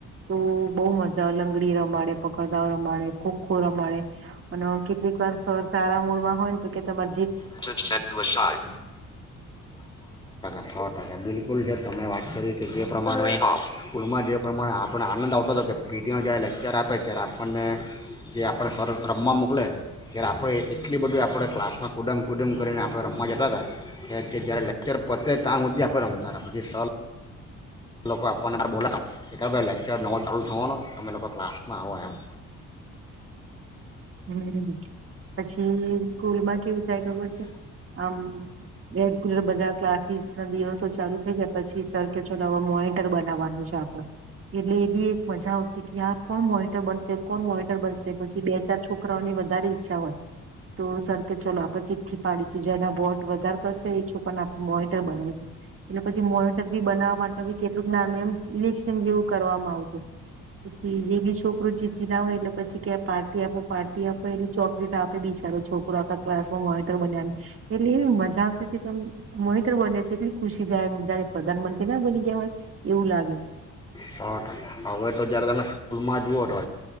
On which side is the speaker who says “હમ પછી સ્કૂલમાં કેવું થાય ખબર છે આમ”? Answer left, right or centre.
Right